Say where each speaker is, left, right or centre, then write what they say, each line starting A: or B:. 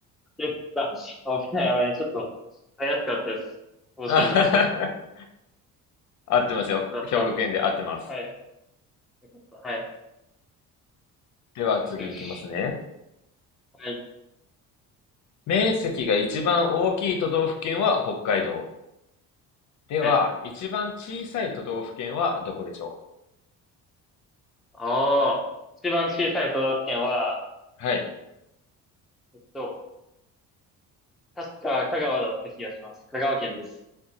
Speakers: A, in the centre; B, on the left (about 55°).
A: でた危ない危ない。ちょっと、怪しかったです。
B: <laughs>
A: 甲子園の場所。
B: あははは
A: よ
B: 合ってますよ。
A: かった。
B: 兵庫県で合ってます。
A: はい。よかった。はい。
B: では次いきますね。
A: よしよし。はい。
B: 面積が一番大きい都道府県は北海道。では、
A: はい。
B: 一番小さい都道府県はどこでしょ
A: ああ、一番小さい都道府県は、
B: うはい。
A: えっと、確か香川だった気がします。香川県です。